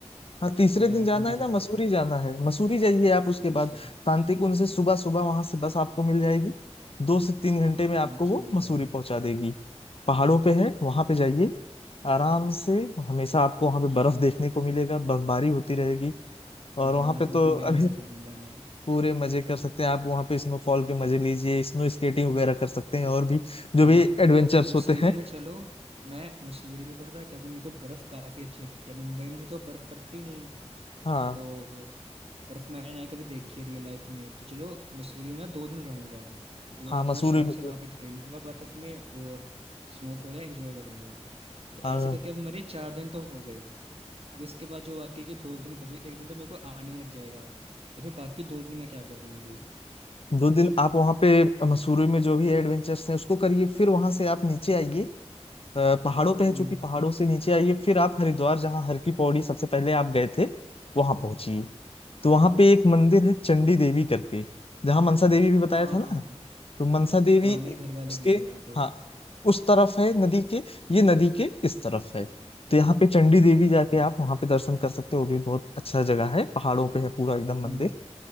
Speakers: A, on the left; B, on the right.
A: हाँ तीसरे
B: बड़ा
A: दिन जाना
B: ठंडी
A: है
B: जगह
A: ना मसूरी
B: पे
A: जाना है मसूरी जाइए आप उसके
B: अच्छा
A: बाद शांतिकुंज से सुबह सुबह वहां से बस आपको मिल जाएगी दो से तीन घंटे में आपको
B: तो मसूरी
A: वो मसूरी
B: जाऊँ
A: पहुंचा देगी पहाड़ों पे है वहां पे जाइए आराम से हमेशा आपको वहां पे बर्फ देखने को मिलेगा बर्फबारी होती रहेगी और
B: वहाँ
A: वहां पे
B: तो
A: तो
B: पूरे
A: अभी
B: मजे करूंगा मैं
A: पूरे मजे कर सकते हैं आप वहां पे स्नोफॉल के मजे लीजिए स्नो स्केटिंग वगैरह कर सकते हैं और भी जो
B: वहाँ
A: भी एडवेंचर्स
B: तो मसूरी
A: होते हैं
B: में चलो मैं मसूरी में पता है क्या कि मेरे को बर्फ काफी अच्छी लगती है मुंबई में तो बर्फ पड़ती नहीं
A: हाँ
B: तो बर्फ मैंने ना ही कभी देखी है रियल लाइफ में तो चलो मसूरी में मैं दो दिन रहूंगा पूरा
A: हाँ
B: अपना
A: मसूरी
B: शौक
A: में-
B: से वहाँ पे खेलूंगा बर्फ में और स्नोफॉल है एंजॉय करूंगा तो
A: हाँ
B: ऐसे करके अब मेरे चार दिन तो हो गए अब इसके बाद जो बाकी के दो दिन बच गए एक दिन तो मेरे को आने में लग जाएगा तो फिर बाकी दो दिन मैं क्या करूँ अभी
A: दो दिन आप वहाँ पे मसूरी में जो भी एडवेंचर्स हैं उसको करिए फिर वहाँ से आप नीचे आइए अ, पहाड़ों पे है
B: हम्म
A: चूंकि पहाड़ों से नीचे आइए फिर आप हरिद्वार जहाँ हर की पौड़ी सबसे पहले आप गए थे वहाँ पहुंचिए तो वहाँ पे एक मंदिर है चंडी देवी करके जहाँ मनसा देवी भी बताया
B: हाँ
A: था ना
B: हाँ हाँ
A: तो मनसा देवी
B: हाँ मेरे घर वाले
A: उसके
B: गए थे वहाँ पे
A: हाँ उस तरफ है नदी के ये नदी के इस तरफ है तो यहाँ पे चंडी देवी जाके
B: अ,
A: आप वहाँ पे दर्शन कर सकते हो वो भी बहुत अच्छा जगह है पहाड़ों पे है पूरा एकदम मंदिर
B: हम्म